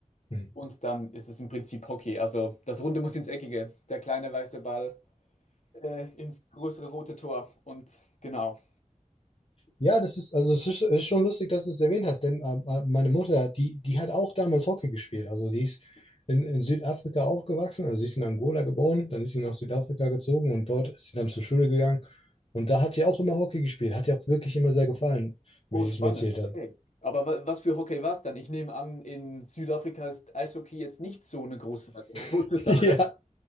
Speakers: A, on the left (about 45°); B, on the left (about 60°).
A: Mhm.
B: Und dann ist es im Prinzip Hockey. Also das Runde muss ins Eckige. Der kleine weiße Ball äh, ins größere rote Tor. Und genau.
A: Ja, das ist, also es ist, ist schon lustig, dass du es erwähnt hast, denn äh, äh, meine Mutter, die, die hat auch damals Hockey gespielt. Also die ist in, in Südafrika aufgewachsen, also sie ist in Angola geboren, dann ist sie nach Südafrika gezogen und dort ist sie dann zur Schule gegangen. Und da hat sie auch immer Hockey gespielt, hat ihr auch wirklich immer sehr gefallen, wie
B: Oh,
A: sie
B: spannend.
A: es mir erzählt
B: Okay.
A: hat.
B: Aber wa was für Hockey war es dann? Ich nehme an, in Südafrika ist Eishockey jetzt nicht so eine große, große
A: <laughs>
B: Sache.
A: Ja,